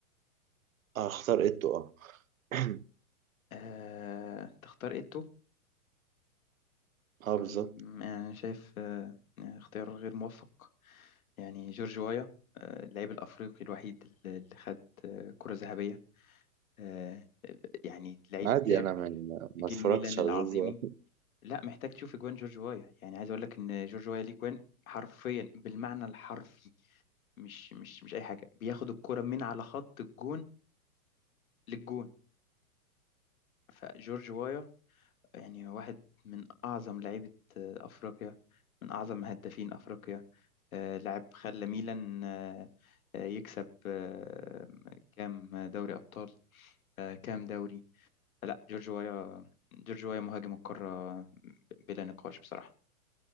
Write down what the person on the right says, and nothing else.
هختار إيتو أه <clears throat>
أه
بالظبط
عادي
أنا ما, ما
اتفرجتش
على جورج وقت